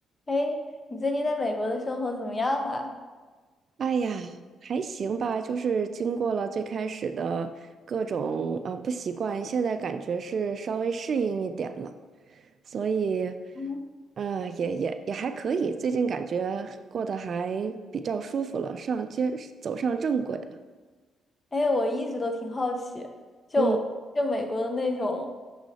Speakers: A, on the left (about 25°); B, on the right (about 50°).
A: 哎，你最近在美国的生活怎么样啊？
B: 哎呀，还行吧，就是经过了最开始的各种呃不习惯，现在感觉是稍微适应一点了，所以，
A: 嗯，
B: 呃，也也也还可以，最近感觉过得还比较舒服了，上街走上正轨了。
A: 哎，我一直都挺好奇，就就美国的那种
B: 嗯。